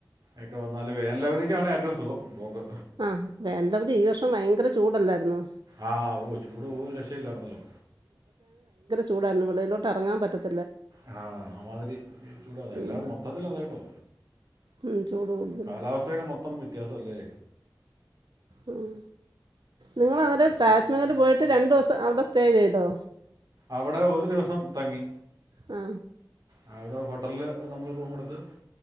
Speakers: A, on the right; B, on the right.
A: ഒക്കെ വന്നാല് വേനലവധതിക്ക്ണ് ഏറ്റവും സുഖം പോക്ക്
B: ആ വേനാലവധി ഈ വർഷം ഭയങ്കര ചൂടല്ലായിരുന്ന
A: ആ ഓ ചൂട് ഓ രക്ഷല്ലായിരുന്നല്ലോ
B: ചൂട് ആയിരുന്നു വെളിയിലോട്ട് ഇറങ്ങൻ പറ്റതില്ല
A: ആ ആ മാതിരി ചൂടന്നാ എല്ലാവരും
B: ഉം.
A: മൊത്തത്തി അത കേട്ടോ
B: ഉം, ചൂട് കൂടുതലാണ്
A: കാലാവസ്ഥയൊക്കെ മൊത്തം വ്യത്യാസം അല്ലേ
B: ഉം നിങ്ങൾ അന്നെ താജ് മഹല് പോയിട്ട് രണ്ടു ദിവസം അവിടെ സ്റ്റേ ചെയ്തോ
A: അവിടെ ഒരു ദിവസം തങ്ങി
B: ആ
A: ആ അവിടെ ഹോട്ടലില് നമ്മൾ റൂം എടുത്ത്